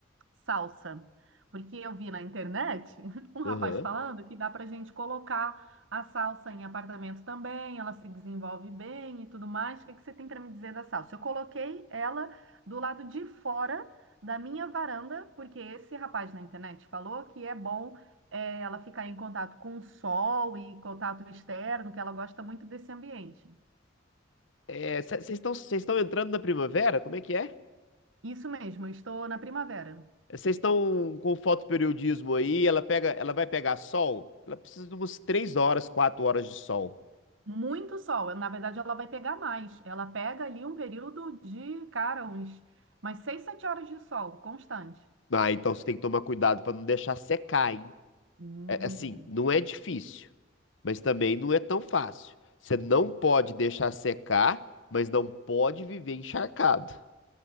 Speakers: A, on the right; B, on the left.
A: salsa. Porque eu vi na internet <laughs> um rapaz
B: Aham.
A: falando que dá para gente colocar a salsa em apartamento também, ela se desenvolve bem e tudo mais. O que que você tem para me dizer da salsa? Eu coloquei ela do lado de fora da minha varanda, porque esse rapaz na internet falou que é bom eh, ela ficar em contato com o sol e contato externo, que ela gosta muito desse ambiente.
B: É, c- Vocês estão vocês estão entrando na primavera? Como é que é?
A: Isso mesmo, eu estou na primavera.
B: Vocês estão com fotoperiodismo aí? Ela pega, ela vai pegar sol? Ela precisa de umas três horas, quatro horas de sol.
A: Muito sol. Na verdade, ela vai pegar mais. Ela pega ali um período de, cara, uns mais seis, sete horas de sol constante.
B: Ah, então você tem que tomar cuidado para não deixar secar, hein?
A: Hum.
B: É, assim, não é difícil, mas também não é tão fácil. Você não pode deixar secar, mas não pode viver encharcado,